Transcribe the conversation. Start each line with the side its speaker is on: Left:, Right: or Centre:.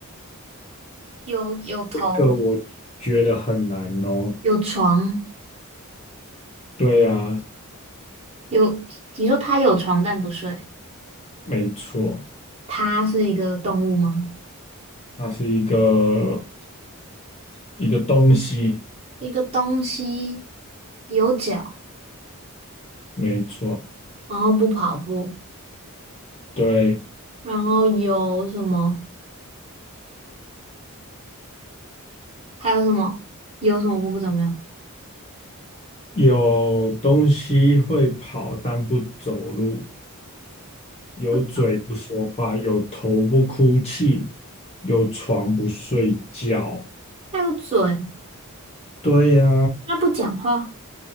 Right: 有有头，
Left: 这个我觉得很难哦。
Right: 有床，
Left: 对啊，
Right: 有，你说它有床但不睡，
Left: 没错，
Right: 它是一个动物吗？
Left: 它是一个一个东西，
Right: 一个东西有脚，
Left: 没错。
Right: 然后不跑步，
Left: 对，
Right: 然后有什么？还有什么？有什么不怎么样？
Left: 有东西会跑但不走路，有嘴不说话，
Right: 他
Left: 有头不哭泣，有床不睡觉。
Right: 有嘴，
Left: 对呀，
Right: 它不讲话。